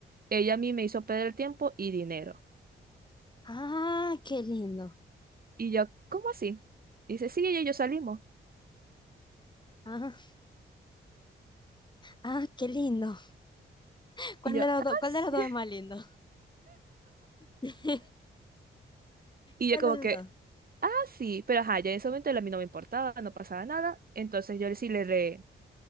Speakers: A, on the right; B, on the left.
A: ella a mí me hizo perder tiempo y dinero.
B: Ah, qué lindo.
A: Y yo, ¿cómo así? Dice, sí, ella y yo salimos.
B: Ah, ah, qué lindo. <laughs> ¿Cuál
A: Y yo,
B: de los
A: ah,
B: dos, cuál
A: sí.
B: de los dos
A: <laughs>
B: es más lindo? <laughs>
A: Y
B: ¿Cuál
A: yo como
B: de los
A: que,
B: dos?
A: Sí, pero ajá, ya en ese momento a mí no me importaba, no pasaba nada. Entonces yo sí le re...